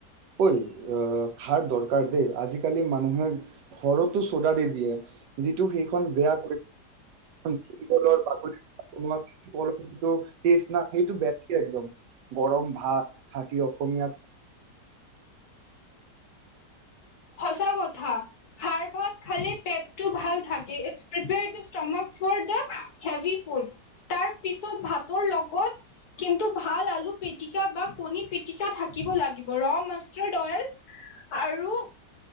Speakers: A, on the right; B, on the left.
A: ঐ অ'-খাৰ দৰ দৰকাৰ দেই, আজিকালি মানুহে ঘৰতো চ'ডা দি দিয়ে। <inaudible> যিটো সেইখন বেয়া <unintelligible> টেষ্ট নাই সেইটো বেয়া লাগে একদম, গৰম ভাত, খাটি অসমীয়া
B: সঁচা কথা, খাৰ ভাত খালে পেটটো ভাল থাকে, it's prepare to stomach for the heavy food, তাৰ পিছত ভাতৰ লগত কিন্তু ভাল আলু পিটিকা বা কণী পিটিকা থাকিব লাগিব, ৰ মাষ্টাৰ্ড অইল আৰু